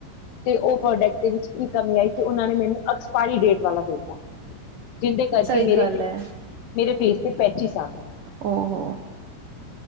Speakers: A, on the left; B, on the right.
A: ਤੇ ਉਹ ਪ੍ਰੋਡਕਟ ਦੇ ਵਿੱਚ ਕੀ ਕਮੀ ਆਈ ਕਿ ਉਹਨਾਂ ਨੇ ਮੈਨੂੰ ਐਕਸਪਾਇਰੀ ਡੇਟ ਵਾਲਾ ਦਿੱਤਾ। ਜਿਹਦੇ ਕਰਕੇ
B: ਸਹੀ
A: ਮੇਰੇ
B: ਗੱਲ ਹੈ
A: ਮੇਰੇ। ਫੇਸ ਤੇ ਪੈਂਚੀਸ ਆ ਗੇ
B: ਉਹ